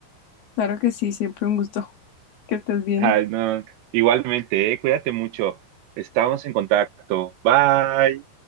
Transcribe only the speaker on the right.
Ay, no. Igualmente, eh, cuídate mucho. Estamos en contacto. Bye.